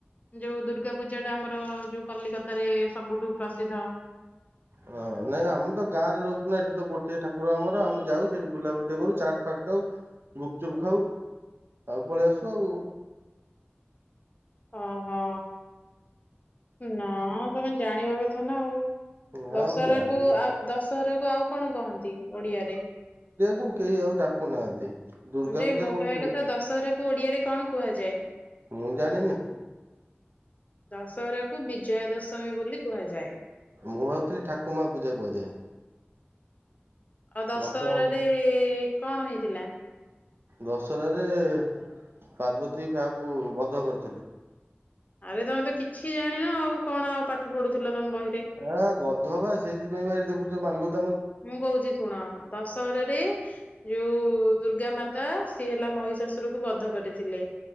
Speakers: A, on the left; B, on the right.
A: ଯୋଉ ଦୁର୍ଗା ପୂଜାଟା ଆମର ଯୋଉ କଲିକତାରେ ସବୁଠୁ ପ୍ରସିଦ୍ଧ <inaudible>
B: ହଁ ନାଇଁ ଆମେ ତ ଗାଁରେ ରହୁଚୁ ନା ଏଠି ତ ଗୋଟିଏ ଠାକୁର ଆମର ଆମେ ଯାଉ ସେଠି ବୁଲାବୁଲି ଟିକେ କରୁ ଚାଟ ଫାଟ ଖାଉ ଗୁପଚୁପ ଖାଉ ଆଉ ପଳେଇ ଆସୁ ଆଉ।
A: <inaudible> ଓହୋ ନା ତମେ ଜାଣିବା କଥା ନା ଆଉ।
B: ହଁ
A: ଦଶହରା
B: ଆମେ ଜାଣିନୁ
A: କୁ ଆଉ ଦଶହରା କୁ ଆଉ କଣ କହନ୍ତି ଓଡିଆରେ।
B: କୁ କେହି ଆଉ ଡାକୁନାହାନ୍ତି। ଦୁର୍ଗା
A: ହଁ ଯେ
B: ପୂଜା
A: ମୋ
B: କହୁଥିବେ
A: କହିବା କଥା ଦଶହରା କୁ ଓଡିଆରେ କଣ କୁହାଯାଏ।
B: ମୁଁ ଜାଣିନି
A: ଦଶ ହରା କୁ। ବିଜୟା ଦଶମୀ ବୋଲି କୁହାଯାଏ।
B: ମୁଁ ଭାବୁଥିଲି ଠାକୁମା ପୂଜା କୁହାଯାଏ।
A: ଆଉ ଦଶହରାରେ
B: ମତେ ଆମ
A: କଣ ହେଇଥିଲା।
B: ଦଶରା ରେପାର୍ବତୀ କାହାକୁ ବଧ କରିଥିଲେ।
A: ଆରେ ତମେ ତ କିଛି ଜାଣିନ ଆଉ କଣ ଆଉ ପାଠ ପଢୁଥିଲ ତମ ବହିରେ।
B: ଆ ଗଧ ବା ସେଇଥିପାଇଁ ବା ଏଇଠି ଦେଖୁଛ ମାଲ ଗୋ।
A: ମୁଁ କହୁଛି ଶୁଣ ଦଶହରାରେ ଯୋଉ। ଦୁର୍ଗା ମାତା ସିଏ ହେଲା ମହିଷାଶୁର କୁ ବଧ କରିଥିଲେ।